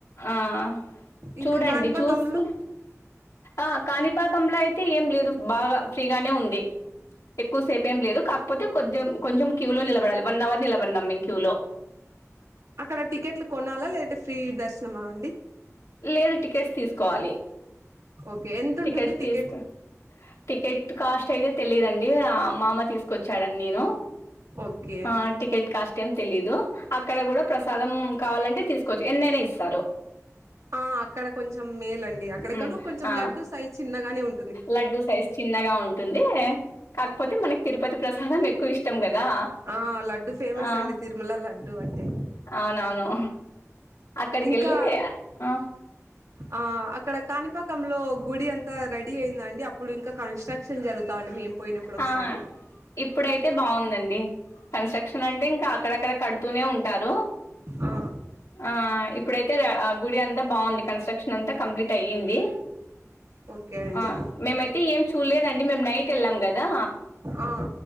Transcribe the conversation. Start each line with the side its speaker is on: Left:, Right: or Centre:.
Left: ఆ చూడండి
Right: ఇంకా కాణిపాకంలో
Left: చూసి ఆ కాణిపాకంల అయితే ఏం లేదు బాగా ఫ్రీ గానే ఉంది ఎక్కువ సేపెంలేదు కాకపోతే కొద్దిగ కొంచం క్యూ లో నిలబడాలి వన్ అవర్ నిలబడిననాం మేము క్యూ లో
Right: అక్కడ టికెట్లు కొనాలా లేదంటే ఫ్రీ దర్శనమా అండి?
Left: లేదు టికెట్స్ తీసుకోవాలి.
Right: ఓకే ఎంత
Left: టికెట్స్
Right: ఉంటుంది టికెట్
Left: తీస్కో టికెట్ కాస్ట్ అయితే తెలియదండి ఆ మామ తీసుకొచ్చాడండి నేను
Right: ఓకే
Left: ఆ టికెట్ కాస్ట్ ఏం తెలీదు అక్కడ కూడ ప్రసాదం కావాలంటే తీసుకోవచ్చు, ఎన్నైనా ఇస్తారు.
Right: ఆ అక్కడ కొంచెం మేలండి అక్కడికంటు
Left: మ్
Right: కొంచం
Left: ఆ
Right: లడ్డు సైజ్ చిన్నగానే ఉం
Left: లడ్డూ సైజ్ చిన్నగా ఉంటుంది కాకపోతే మనకి తిరుపతి ప్రసాదం ఎక్కువ ఇష్టం కదా.
Right: ఆ లడ్డు ఫేమస్
Left: ఆ
Right: అండి తిరుమల లడ్డు అంటే
Left: అవునవును అక్కడికెళ్ళి
Right: ఇంకా
Left: ఆ
Right: ఆ అక్కడ కాణిపాకంలో గుడి అంతా రెడీ అయిందండి అప్పుడు ఇంకా కన్స్ట్రక్షన్ జరుగుతాండి మేం పోయినప్పుడు ఒకసారి
Left: ఆ! ఇప్పుడైతే బాగుందండి కన్స్ట్రక్షన్ అంటే ఇంకా అక్కడక్కడ కడు తూనే ఉంటారు
Right: ఆ
Left: ఆ ఇప్పుడైతే రా ఆ గుడి అంతా బాగుంది కన్స్ట్రక్షన్ అంతా కంప్లీట్ అయ్యింది.
Right: ఓకే అండి
Left: ఆ మేమైతే ఏం చూల్లేదండి మేము నైట్ ఎళ్ళాం కదా.
Right: ఆ